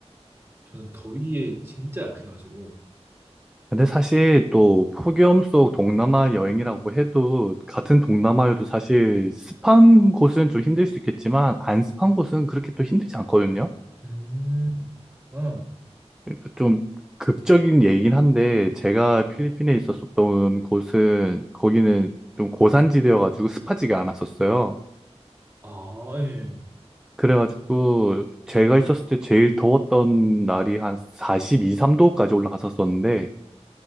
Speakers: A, on the right; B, in the centre.
A: 저는 더위에 진짜 약해가지고.
B: 근데 사실 또 폭염 속 동남아 여행이라고 해도 같은 동남아여도 사실 습한 곳은 좀 힘들 수 있겠지만 안 습한 곳은 그렇게 또 힘들지 않거든요.
A: 음, 그렇구나.
B: 그러니까 좀 극적인 얘기긴 한데 제가 필리핀에 있었었던 곳은 거기는 좀 고산지대여가지고 습하지가 않았었어요.
A: 아, 예.
B: 그래가지고 제가 있었을 때 제일 더웠던 날이 한 42, 3도까지 올라갔었었는데